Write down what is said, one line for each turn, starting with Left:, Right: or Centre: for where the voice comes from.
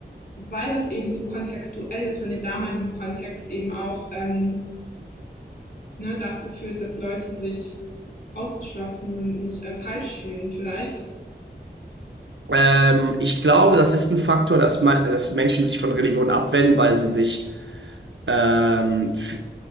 Left: weil das eben so kontextuell ist von dem damaligen Kontext, eben auch ähm, ne, dazu führt, dass Leute sich ausgeschlossen und nicht äh, falsch fühlen vielleicht.
Right: Ähm, ich glaube, das ist ein Faktor, dass, man, dass Menschen sich von Religion abwenden, weil sie sich ähm, f-